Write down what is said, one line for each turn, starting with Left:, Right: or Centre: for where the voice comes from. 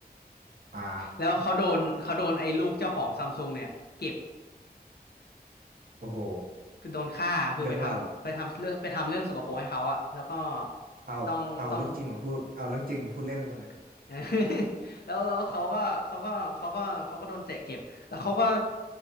Right: อ่า
Left: แล้วเขาโดนเขาโดนไอ้ลูกเจ้าของซัมซุงเนี่ยเก็บ
Right: <laughs> โอ้โห
Left: คือโดนฆ่าคือไปทำไปทำเรื่องไปทำเรื่องสกปรกให้เขาอะแล้วก็
Right: เรื่องเราวเอาเอาเรื่องจริงมาพูดเอาเรื่องจริงมาพูดเล่นแล้วมันอ่ะ
Left: ต้องต้อง <laughs> เออ <laughs> แล้วแล้วเขาก็เขาก็เขาก็เขาก็โดนเจ๊เก็บแล้วเขาก็